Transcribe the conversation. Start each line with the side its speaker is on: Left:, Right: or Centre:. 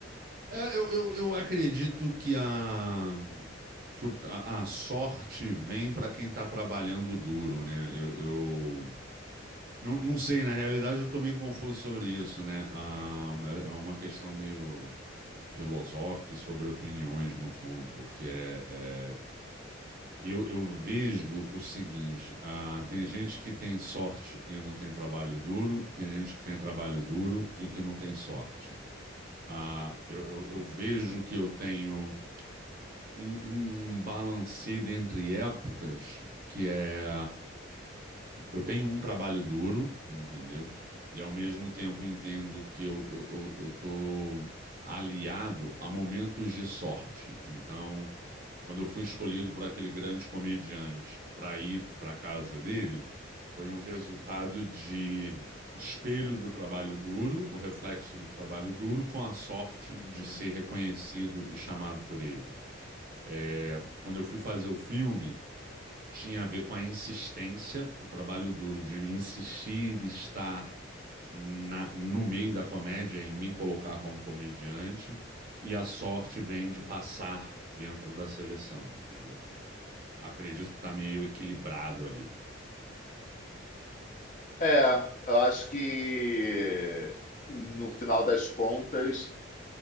Right: É, eu, eu, eu acredito que a, tu- a, a sorte vem para quem está trabalhando duro, né? Eu, eu, Não, não sei, na realidade eu estou meio confuso sobre isso, né? Ah, é é uma questão meio filosófica e sobre opiniões, no fundo, porque é, é- eu, eu vejo o seguinte: ah, tem gente que tem sorte e não tem trabalho duro, tem gente que tem trabalho duro e que não tem sorte. Ah, eu, eu, eu vejo que eu tenho um, um, um balancê entre épocas que é. eu tenho um trabalho duro, entendeu? E ao mesmo tempo entendo que eu, eu, eu, eu tô aliado a momentos de sorte. Então, quando eu fui escolhido por aquele grande comediante para ir para casa dele, foi um resultado de espelho do trabalho duro, o reflexo do trabalho duro, com a sorte
Left: Uhum.
Right: de ser reconhecido e chamado por ele. É, quando eu fui fazer o filme tinha a ver com a insistência, o trabalho duro de insistir e estar na- no meio da comédia, em me colocar como comediante, e a sorte vem de passar dentro da seleção, entendeu? Acredito que tá meio equilibrado ali.
Left: É, eu acho que no final das contas.